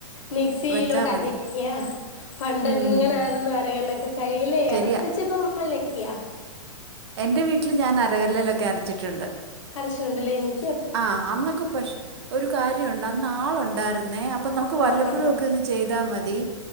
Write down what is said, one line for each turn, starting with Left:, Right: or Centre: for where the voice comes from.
Left: മിക്സിയിലോട്ട്
Right: വെച്ചാ മതി.
Left: അരയ്ക്കുക പണ്ട്
Right: ഉം
Left: ഇങ്ങനെ ആയിരുന്നു അരകല്ലൊക്കെ കയിലേ
Right: ശരിയാ.
Left: അതൊക്കെ വെച്ചക്കുമമ്മള്ലക്കിയാ
Right: എന്റെ വീട്ടിൽ ഞാൻ അരകല്ലയിലൊക്കെ അരച്ചിട്ടുണ്ട്
Left: അരച്ചുണ്ടല്ലേ എനിക്ക്
Right: ആഹ് അന്നൊക്കെ പശ് ഒരു കാര്യമുണ്ട് ആള് ഉണ്ടായിരുന്നേ അപ്പൊ നമുക്ക് വല്ലപ്പൊഴും
Left: ആഹ് ആഹ്
Right: ഒക്കെ ഒന്ന് ചെയ്താ മതി